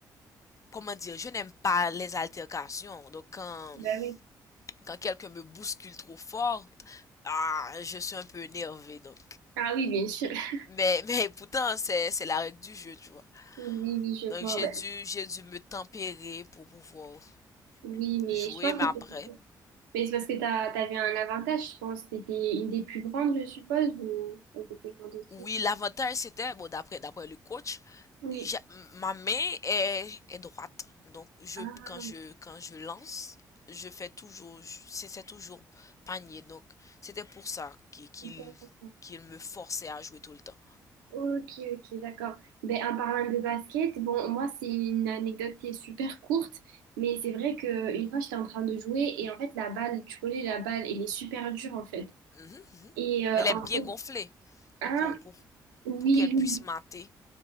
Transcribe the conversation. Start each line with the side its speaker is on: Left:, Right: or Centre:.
Left: comment dire, je n'aime pas les altercations. Donc, quand,
Right: Bah oui.
Left: quand quelqu'un me bouscule trop fort, ah, je suis un peu énervée. Donc,
Right: Ah oui, bien sûr. <laughs>
Left: Mais, <laughs> mais pourtant, c'est, c'est la règle du jeu, tu vois.
Right: Oui, oui, je
Left: Donc,
Right: vois.
Left: j'ai
Right: Ben,
Left: dû, j'ai dû me tempérer pour pouvoir
Right: oui, mais
Left: jouer,
Right: je pense
Left: mais
Right: que
Left: après.
Right: c'est mais c'est parce que t'as, t'avais un avantage, je pense. T'étais une des plus grandes, je suppose, ou ou t'étais grande aussi?
Left: Oui, l'avantage, c'était, bon, d'après, d'après le coach,
Right: Oui.
Left: j'a- ma main est, est droite. Donc, je,
Right: Ah,
Left: quand je, quand je lance, je fais toujours, je- c'est c'est toujours panier. Donc, c'était pour ça qu'il, qu'il,
Right: d'accord.
Left: qu'il me forçait à jouer tout le temps.
Right: Ok, ok, d'accord. Ben, en parlant de basket, bon, moi, c'est une anecdote qui est super courte, mais c'est vrai que une fois, j'étais en train de jouer et en fait, la balle, tu connais, la balle, elle est super dure en fait.
Left: Mhm.
Right: Et euh,
Left: Elle est
Right: en
Left: bien gonflée
Right: fait, hein,
Left: pour, pour,
Right: oui,
Left: pour qu'elle
Right: oui,
Left: puisse mater.